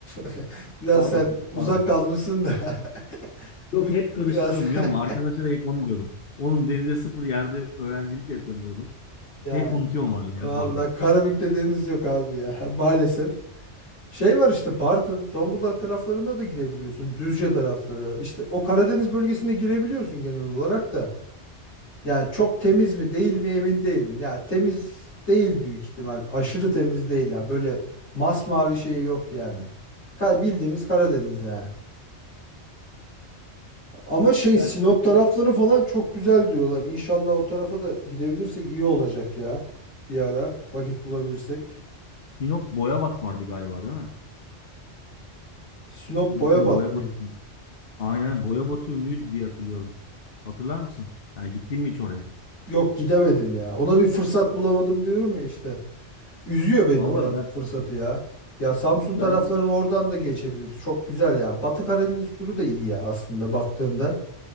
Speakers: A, on the left; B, on the left.
A: <laughs> biraz
B: Pardon,
A: sen uzak
B: pardon.
A: kalmışsın da <laughs>
B: Yok
A: üzdü
B: hep karıştırıyorum
A: biraz.
B: biliyor musun?
A: <laughs>
B: Arkadaşlara hep onu diyordum. Oğlum denize sıfır yerde öğrencilik yapıyorum diyordum.
A: Yani
B: Hep unutuyorum orayı ya
A: valla
B: pardon.
A: Karabük'te deniz yok abi ya <laughs> maalesef. Şey var işte Bartın, Zonguldak taraflarında da girebiliyorsun. Düzce tarafları. İşte o Karadeniz bölgesinde girebiliyorsun genel olarak da. Yani çok temiz mi değil mi emin değilim. Ya temiz değil büyük ihtimal. Aşırı temiz değil ya. Böyle masmavi şeyi yok yani. Ka- bildiğimiz Karadeniz yani. Ama şey
B: Yani
A: Sinop
B: çok-
A: tarafları falan çok güzel diyorlar. İnşallah o tarafa da gidebilirsek iyi olacak ya. Bir ara vakit bulabilirsek.
B: Sinop Boyabat vardı galiba değil mi?
A: Sinop
B: Sinop'un
A: Boyabat
B: Boyabat
A: mıydı?
B: aynen Boyabat'ı ünlüydü diye hatırlıyorum. Hatırlar mısın? Yani gittin mi hiç oraya?
A: Yok gidemedim ya. Ona bir fırsat bulamadım diyorum ya işte. Üzüyor beni
B: Vallahi
A: oranın
B: ben
A: fırsatı ya. Ya Samsun
B: ben
A: taraflarını oradan da geçebiliriz. Çok güzel ya. Batı Karadeniz turu da iyi ya aslında baktığında.